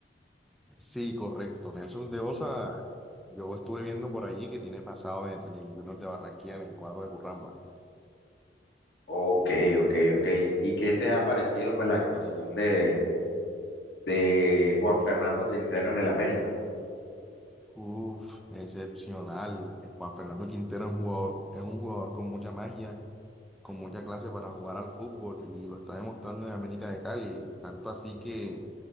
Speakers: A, in the centre; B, on the left.
A: Sí, correcto. Nelson de Osa, yo estuve viendo por allí que tiene pasado en, en el Junior de Barranquilla, en el cuadro de Curramba.
B: Ok, ok, ok. ¿Y qué te ha parecido pues la actuación de, de Juan Fernando Quintero en el América?
A: Uf, excepcional. Juan Fernando Quintero es un jugador, es un jugador con mucha magia, con mucha clase para jugar al fútbol y lo está demostrando en América de Cali. Tanto así que